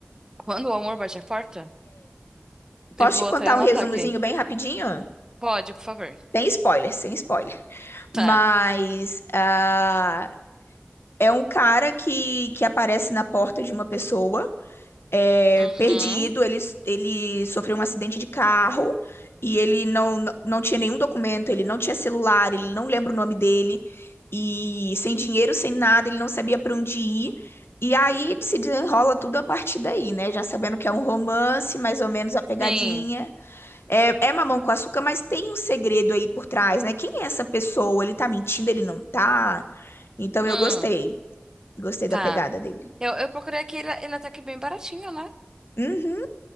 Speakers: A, on the right; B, on the left.
A: Quando o amor bate a porta,
B: Posso
A: eu vou
B: te contar
A: até anotar
B: um resumozinho
A: aqui.
B: bem rapidinho?
A: Pode, por favor.
B: Sem spoiler, sem spoiler.
A: Tá.
B: Mas ah, É um cara que, que aparece na porta de uma pessoa, é,
A: Uhum.
B: perdido. Ele, ele sofreu um acidente de carro e ele não, não não tinha nenhum documento, ele não tinha celular, ele não lembra o nome dele. E sem dinheiro, sem nada, ele não sabia pra onde ir. E aí se desenrola tudo a partir daí, né? Já sabendo que é um romance, mais ou menos a pegadinha.
A: Sim.
B: É, é mamão com açúcar, mas tem um segredo aí por trás, né? Quem é essa pessoa? Ele tá mentindo, ele não tá? Então
A: Hum.
B: eu gostei. Gostei
A: Tá.
B: da pegada dele.
A: Eu, eu procurei aqui, ele, ele é até que bem baratinho, né?
B: Uhum.